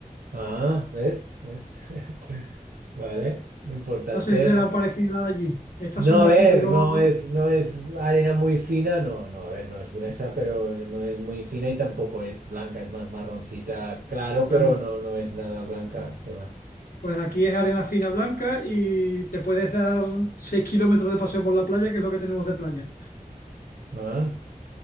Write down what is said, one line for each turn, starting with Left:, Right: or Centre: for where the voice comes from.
Right: Ah, ¿ves? ¿Ves? <laughs> Vale, importante.
Left: No sé si será parecida a la de allí. Estas
Right: No,
Left: son más
Right: a ver,
Left: típicos,
Right: no es, no es arena muy fina, no, no, a ver, no es gruesa, pero no es muy fina y tampoco es blanca, es más marroncita, claro,
Left: claro.
Right: pero no, no es nada blanca, que va.
Left: Pues aquí es arena fina blanca y te puedes dar 6 kilómetros de paseo por la playa, que es lo que tenemos de playa,
Right: Ah,